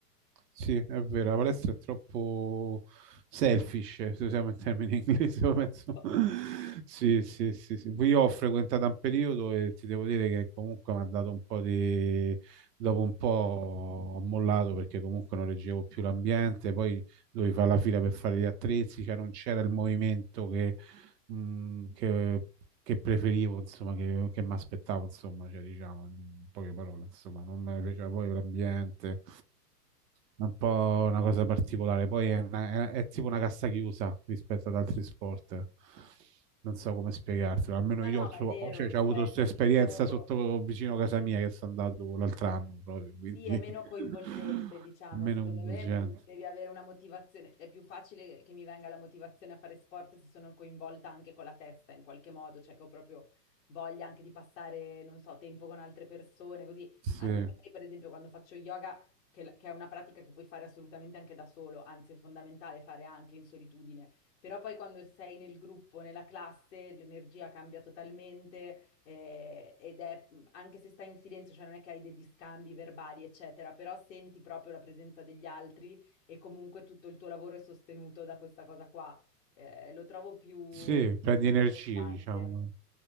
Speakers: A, on the right; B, on the left.
A: Sì, è vero, la palestra è troppo selfish, se usiamo il termine inglese, <laughs> io penso.
B: <laughs>
A: Sì, sì, sì, sì. Poi Io ho frequentato un periodo e ti devo dire che comunque mi ha dato un po' di... Dopo un po' ho mollato perché comunque non reggevo più l'ambiente, poi dovevi fare la fila per fare gli attrezzi, cioè non c'era il movimento che mh, che, che preferivo, insomma, che, che mi aspettavo, insomma, cioè, diciamo, in poche parole, insomma, non mi piaceva poi l'ambiente, è un po' una cosa particolare, poi è, una- è- è tipo una cassa chiusa rispetto ad altri sport. Non so come spiegartelo, almeno
B: No,
A: io
B: no,
A: ho,
B: ma
A: tro-
B: è vero,
A: cioè, c'ho avuto
B: cioè,
A: questa
B: è molto...
A: esperienza sotto vicino a casa mia che sono andato l'altro anno proprio, quindi
B: Sì, è meno
A: <laughs>
B: coinvolgente, diciamo,
A: meno
B: secondo
A: coinvolgente.
B: me mh, devi avere una motivazione, è più facile che mi venga la motivazione a fare sport se sono coinvolta anche con la testa in qualche modo, cioè che ho proprio voglia anche di passare, non so, tempo con altre persone, così,
A: Sì,
B: anche perché per esempio quando faccio yoga, che, la- che è una pratica che puoi fare assolutamente anche da solo, anzi è fondamentale fare anche in solitudine, però poi quando sei nel gruppo, nella classe, l'energia cambia totalmente eh, ed è, anche se stai in silenzio, cioè non è che hai degli scambi verbali, eccetera, però senti proprio la presenza degli altri e comunque tutto il tuo lavoro è sostenuto da questa cosa qua. Eh, lo trovo più,
A: sì, prendi
B: più
A: energie,
B: interessante.
A: diciamo.